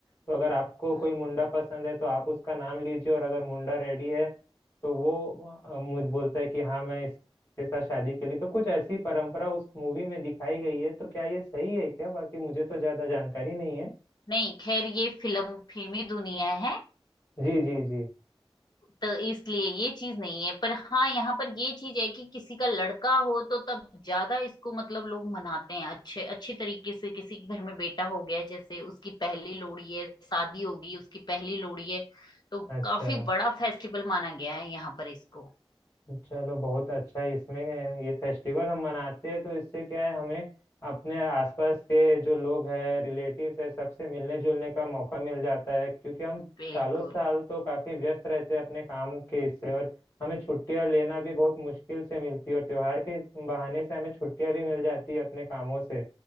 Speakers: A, on the left; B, on the left.
A: तो अगर आपको
B: हम्म,
A: कोई मुंडा पसंद है तो आप उसका नाम लीजिए और अगर मुंडा रेडी है तो वो अ, मुझ बोलता है कि हाँ मैं इसके साथ शादी के लिए तो कुछ ऐसी परंपरा उस मूवी में दिखाई गई है तो क्या ये सही है क्या बाकी मुझे तो ज्यादा जानकारी नहीं है
B: नहीं खैर ये फिल्म फिल्मी दुनिया है
A: जी जी जी
B: तो इसलिए ये चीज नहीं है पर हाँ यहाँ पर ये चीज है कि किसी का लड़का हो तो तब ज्यादा इसको मतलब लोग मनाते हैं अच्छे अच्छे तरीके से किसी के घर में बेटा हो गया जैसे उसकी पहली लोहड़ी है शादी होगी उसकी पहली लोहड़ी है तो
A: अच्छा
B: काफी बड़ा फेस्टिवल माना गया है यहाँ पर इसको
A: चलो बहुत अच्छा है इसमें ये फेस्टिवल हम मनाते हैं तो इससे क्या है हमें अपने आसपास के जो लोग हैं रिलेटिव्स है सबसे मिलने जुलने का मौका मिल जाता है क्योंकि हम
B: बिल्कुल
A: सालों साल तो काफी व्यस्त रहते हैं अपने काम के इससे और हमें छुट्टियां लेना भी बहुत मुश्किल से मिलती है और त्योहार के इस बहाने से हमें छुट्टियां भी मिल जाती है अपने कामों से